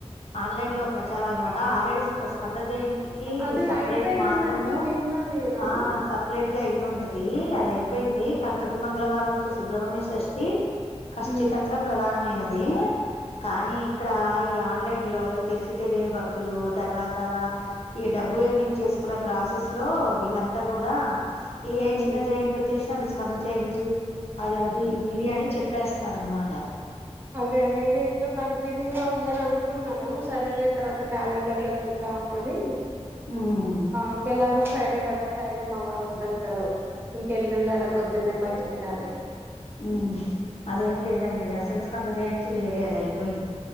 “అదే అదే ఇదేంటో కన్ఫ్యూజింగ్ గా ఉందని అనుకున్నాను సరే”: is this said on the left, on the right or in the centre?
Right